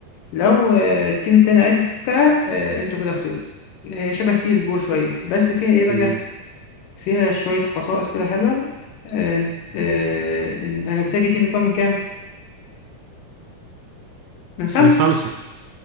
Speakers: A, on the left (about 70°); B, on the right (about 75°).
A: لو آه، التيم التاني عرف يفكها آه، انتوا كده خسرتوا هي شبه سيس جو شوية بس فيها ايه بقى
B: مم.
A: فيها شوية خصائص كده حلوة آه، آه، إن- انا قلت لك التيم بيكون من كام من خمسة
B: من خمسه